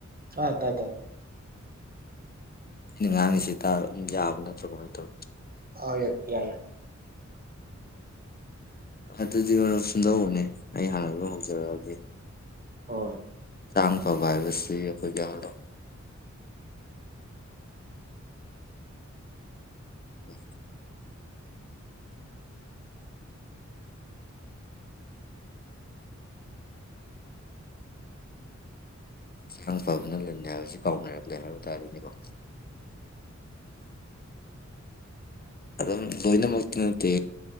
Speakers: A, on the right; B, on the left.
A: ꯑꯥ ꯇ ꯇ
B: ꯉꯥꯡꯉꯤꯁꯤ ꯌꯥꯕ ꯅꯠꯇ꯭ꯔꯣ ꯀꯃꯥꯏꯅ ꯇꯧꯋꯤ
A: ꯑ ꯌꯦ ꯌꯥꯅꯦ
B: ꯑꯗꯨꯗꯤ ꯃꯔꯝ ꯁꯨꯝꯗꯧꯕꯅꯦ ꯑꯩ ꯍꯥꯟꯅ ꯑꯗꯨꯝ ꯍꯧꯖꯔꯛꯑꯒꯦ
A: ꯍꯣꯏ
B: ꯇꯥꯡ ꯐꯕ ꯍꯥꯏ ꯁꯤ ꯑꯩꯈꯣꯏꯒꯤꯔꯛ ꯑ ꯏꯥꯡ ꯐꯕꯅꯜꯂꯅꯤ ꯍꯥꯏꯕꯕꯁꯤ ꯀꯥꯎꯅꯔꯛꯂꯦ ꯍꯥꯏꯕ ꯇꯥꯔꯅꯦꯀꯣ ꯑꯗꯨꯝ ꯂꯣꯏꯅꯃꯛꯇꯤ ꯅꯠꯇꯦ